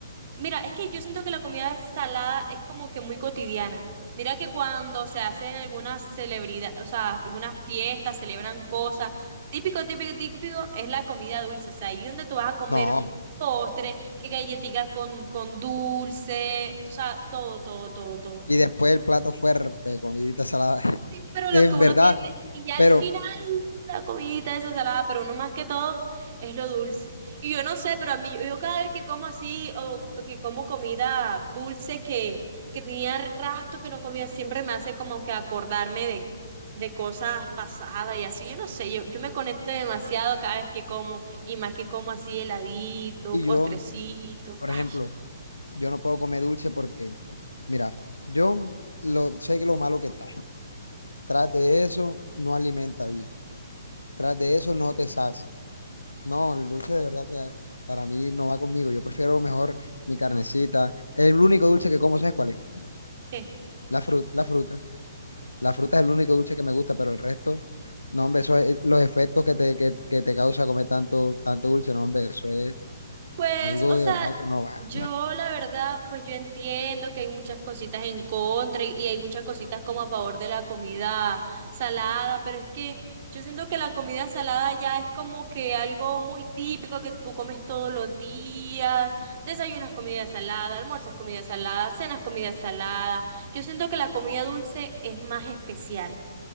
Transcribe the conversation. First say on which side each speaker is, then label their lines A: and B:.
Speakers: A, on the right; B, on the left.
A: Mira, es que yo siento que la comida salada es como que muy cotidiana. Mira que cuando se hacen algunas celebridades, o sea, algunas fiestas, celebran cosas, típico, típico, típico es la comida dulce. O sea, ahí donde tú vas a comer
B: No,
A: postre, que galletica con, con dulce, o sea, todo, todo, todo, todo.
B: y después el plato fuerte, comidita salada.
A: Sí, pero
B: En
A: lo que uno
B: verdad,
A: tiene, y ya al
B: pero,
A: final, la comidita esa salada, pero uno más que todo es lo dulce. Y yo no sé, pero a mí, yo, yo cada vez que como así, o que como comida dulce que, que tenía rastro que no comía, siempre me hace como que acordarme de, de cosas pasadas y así. Yo no sé, yo, yo me conecto demasiado cada vez que como, y más que como así heladito,
B: y
A: postrecito.
B: yo, por
A: Ay,
B: ejemplo, yo no puedo comer dulce porque, mira, yo lo, sé que lo malo que trae. Tras de eso, no alimenta bien. Tras de eso, no te sacia. No, el dulce de verdad que para mí no va conmigo. Yo prefiero mejor mi carnecita. El único dulce que como, ¿sabes cuál es?
A: ¿qué?
B: La fruta, la fruta. La fruta es el único dulce que me gusta, pero el resto, no, hombre, eso es los efectos que te, que, que te causa comer tanto, tanto dulce, no, hombre, eso es
A: Pues,
B: algo
A: o
B: de
A: sea,
B: verdad que no va.
A: yo la verdad, pues yo entiendo que hay muchas cositas en contra y, y hay muchas cositas como a favor de la comida salada, pero es que yo siento que la comida salada ya es como que algo muy típico que tú comes todos los días, desayunas comida salada, almuerzas comida salada, cenas comida salada. Yo siento que la comida dulce es más especial.